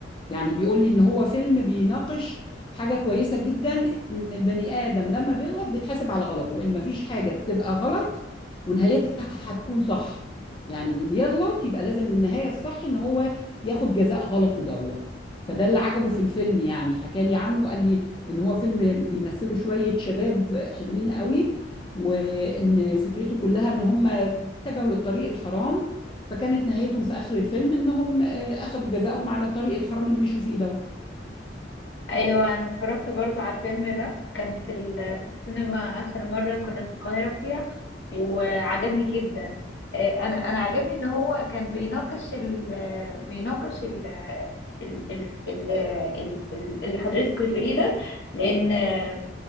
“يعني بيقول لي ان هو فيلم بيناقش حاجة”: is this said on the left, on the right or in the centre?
Left